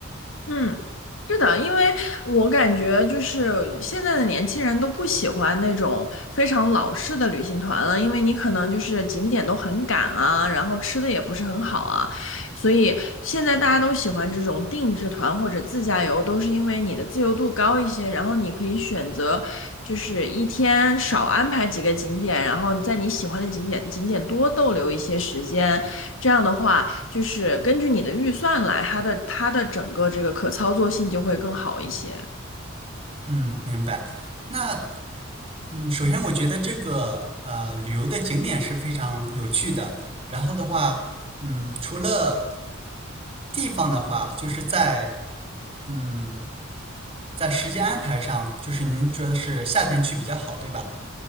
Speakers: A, on the left (about 70°); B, on the right (about 30°).
A: 嗯，是的，因为我感觉就是现在的年轻人都不喜欢那种非常老式的旅行团了，因为你可能就是景点都很赶啊，然后吃的也不是很好啊，所以现在大家都喜欢这种定制团或者自驾游，都是因为你的自由度高一些，然后你可以选择就是一天少安排几个景点，然后在你喜欢的景点景点多逗留一些时间，这样的话。就是根据你的预算来，它的它的整个这个可操作性就会更好一些。
B: 嗯，明白。那嗯，首先我觉得这个呃旅游的景点是非常有趣的。然后的话，嗯，除了地方的话，就是在嗯在时间安排上，就是您觉得是夏天去比较好，对吧？